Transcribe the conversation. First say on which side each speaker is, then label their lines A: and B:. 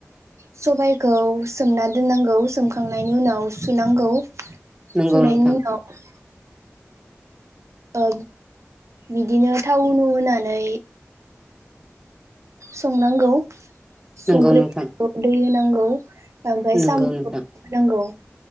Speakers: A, on the right; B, on the right.
A: सबायखौ सोमना दोननांगौ सोमखांनायनि उनाव सुनांगौ सोमनायनि
B: नंगौ नोंथां
A: उनाव ओ बिदिनो टाउ उनु होनानै संनांगौ संख्रि
B: नंगौ नोंथां
A: दै होनांगौ औ आमफाय
B: नंगौ
A: साम'खौ
B: नोंथां
A: होनांगौ